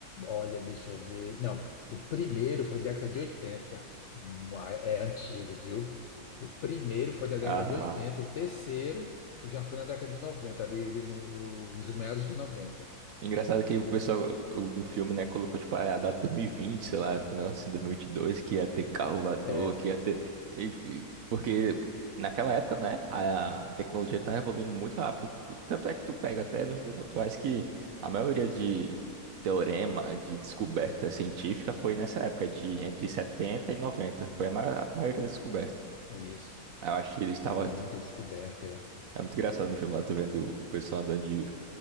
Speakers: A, on the left; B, on the right.
A: olha, deixa eu ver. Não, o primeiro foi década de oitenta Ma- É antigo, viu? O primeiro foi da década
B: Ah,
A: de oitenta o terceiro, que já foi na década de noventa ali no, nos meados de noventa
B: Engraçado que o pessoal o- no filme, né, colocou, tipo, a data dois mil e vinte sei lá, foi um negócio assim, 2022, que ia ter carro voador,
A: É,
B: que ia ter... e- e- Porque naquela época, né, a tecnologia tá evoluindo muito rápido. Tanto é que tu pega até nos dias atuais que a maioria de teorema, de descoberta científica foi nessa época, de entre 70 e noventa Foi a ma- a maioria das descobertas.
A: isso.
B: Eu acho que ele estava...
A: Muita descoberta, é.
B: É muito engraçado no filme lá, tu vendo o pessoal andando de